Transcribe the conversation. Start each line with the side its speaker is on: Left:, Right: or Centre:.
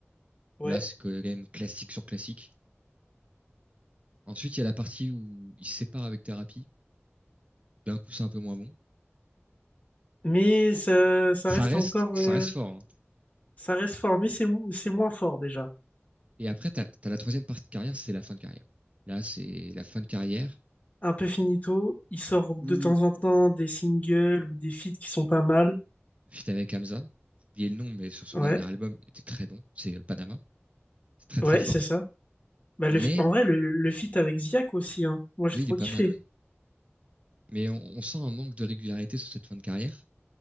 Left: Ouais.
Right: où là, c'est quand même classique sur classique. Ensuite, il y a la partie où il se sépare avec Thérapie. D'un coup, c'est un peu moins bon.
Left: Mais ça, ça
Right: Ça
Left: reste
Right: reste,
Left: encore...
Right: ça
Left: euh,
Right: reste fort. hein.
Left: Ça reste fort, mais c'est mou- c'est moins fort déjà.
Right: Et après, t'as, t'as la troisième partie de carrière, c'est la fin de carrière. Là, c'est la fin de carrière
Left: Un peu finito. Il sort de
Right: où
Left: temps en temps des singles ou des feats qui sont pas mal.
Right: le feat avec Hamza, j'ai oublié le nom, mais sur son
Left: Ouais.
Right: dernier album, était très bon. C'est euh, Panama. C'est très,
Left: Ouais,
Right: très fort.
Left: c'est ça. Bah,
Right: Mais
Left: le... En vrai, le, le feat avec Ziak aussi. Hein. Moi, j'ai
Right: oui,
Left: trop
Right: il est pas
Left: kiffé.
Right: mal, oui. Mais on, on sent un manque de régularité sur cette fin de carrière,